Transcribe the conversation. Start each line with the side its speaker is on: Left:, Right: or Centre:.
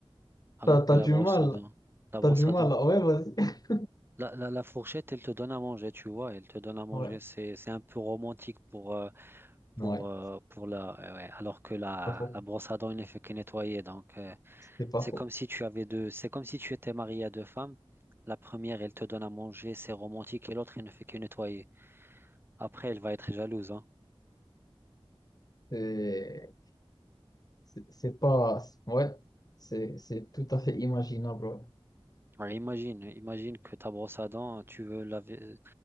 Right: Alors
Left: T'as, t'as
Right: que la
Left: du
Right: brosse
Left: mal.
Right: à dents. La brosse
Left: T'as du
Right: à
Left: mal.
Right: dents.
Left: Ouais, vas-y. <laughs>
Right: La, la, la fourchette, elle te donne à manger, tu vois, elle te donne à manger.
Left: Ouais.
Right: C'est, c'est un peu romantique pour, euh, pour,
Left: Ouais.
Right: euh, pour la, euh, ouais, alors que la,
Left: Pas faux.
Right: la brosse à dents, il ne fait que nettoyer. Donc, euh,
Left: C'est pas
Right: c'est
Left: faux.
Right: comme si tu avais deux, c'est comme si tu étais marié à deux femmes. La première, elle te donne à manger, c'est romantique, et l'autre, elle ne fait que nettoyer. Après, elle va être jalouse, hein.
Left: C'est c'est- c'est pas. Ouais. C'est c'est tout à fait imaginable. Ouais.
Right: Alors, imagine, imagine que ta brosse à dents, tu veux laver,